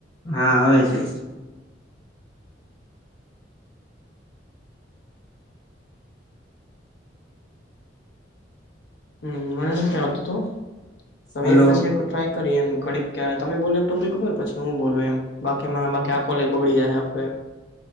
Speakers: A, on the left; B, on the left.
A: હાં આવે છે
B: હં મને નથી આવતું તું હવે
A: હાલો
B: એક પછી એક ટ્રાય કરીએ એમ ઘડીક કયા તમે બોલો ટોપિક પર પછી હું બોલું એમ બાકીમાં બાકી આ કોલે બગડી જાહે આપડે